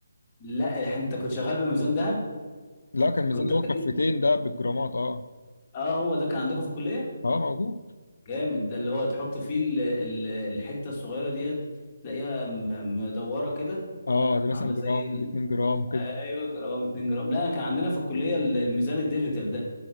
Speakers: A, on the left (about 25°); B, on the left (about 65°).
A: لا إح- انت كنت شغال بميزان ذهب
B: لا كان ميزان
A: انت كنت
B: اللي هو
A: اكيد
B: كفتين ده بالجرامات اه
A: اه هو ده كان عندكم في الكلية
B: اه موجود
A: جامد ده اللي هو تحط فيه ال- ال- الحتة الصغيرة ديت تلاقيها م- مدورة كده
B: اه دي مثلا
A: عامله زي
B: جرام
A: ال...
B: دي 2 جرام كده
A: ايوه جرام 2 جرام لا كان عندنا في الكليه ال- الميزان الديجيتال ده